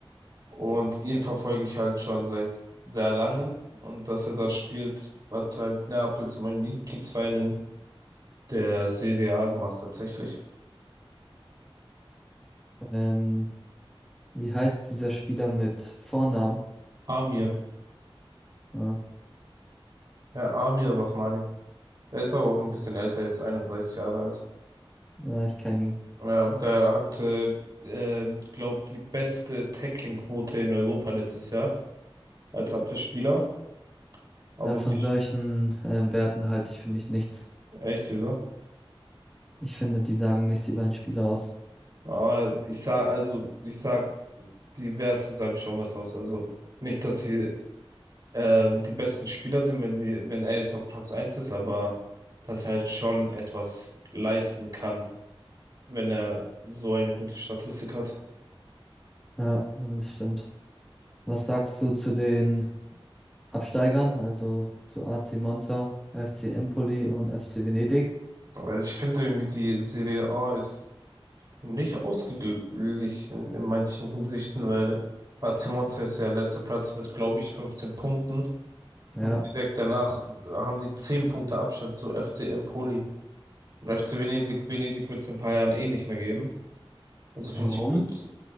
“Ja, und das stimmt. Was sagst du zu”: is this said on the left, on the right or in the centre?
Centre